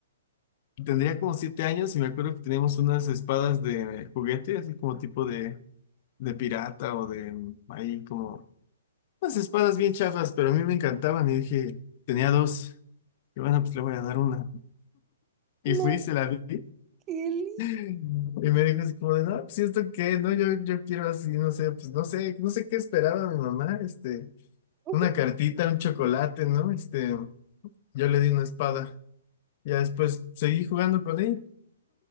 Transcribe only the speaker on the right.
No,
qué lindo.
<laughs>